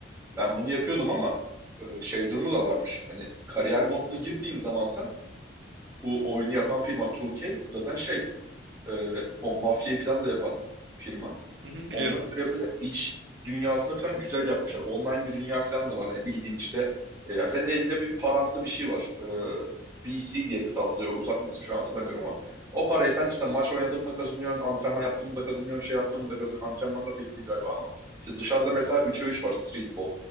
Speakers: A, on the right; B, on the right.
A: Ben bunu yapıyordum ama e, şey durumu da varmış. Hani kariyer modunu girdiğin zaman sen bu oyunu yapan firma 2K zaten şey e, o mafyayı falan da yapan firma.
B: <laughs> Hı hı,
A: Ondan
B: Biliyorum.
A: ötürü böyle iç dünyasını falan güzel yapmışlar. Online bir dünya falan da var. Hani bildiğin işte e, senin elinde bir paramsı bir şey var. E, VC diye kısaltılıyor. Uzatmasını şu an hatırlamıyorum ama o parayı sen işte maç oynadın mı kazanıyorsun, antrenman yaptın mı da kazanıyorsun, şey yaptın mı da kazanıyorsun. Antrenman da pek değil galiba ama işte dışarıda mesela 3'e 3 var streetball.